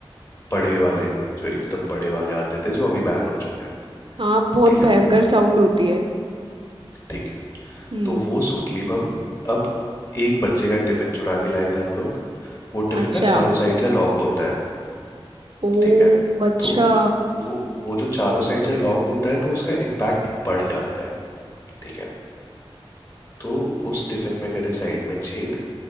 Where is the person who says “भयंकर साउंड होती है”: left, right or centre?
Right